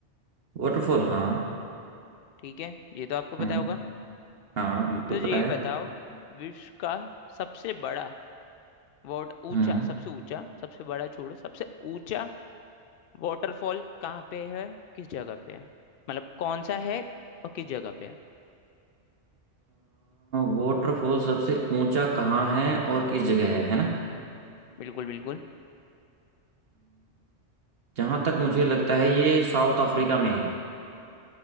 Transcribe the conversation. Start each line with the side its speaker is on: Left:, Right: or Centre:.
Right: वाटरफॉल हाँ
Left: ठीक है ये तो आपको
Right: हम्म
Left: पता होगा
Right: हाँ बिल्कुल
Left: तो ये
Right: पता है
Left: बताओ विश्व का सबसे बड़ा वाट ऊंचा
Right: हम्म
Left: सबसे ऊंचा सबसे बड़ा छोड़ो सबसे ऊंचा वाटरफॉल कहाँ पे है किस जगह पे है मतलब कौन सा है और किस जगह पे है
Right: वाटरफॉल सबसे ऊंचा कहाँ है और किस जगह है है ना
Left: बिल्कुल बिल्कुल
Right: जहां तक मुझे लगता है ये साउथ अफ्रीका में है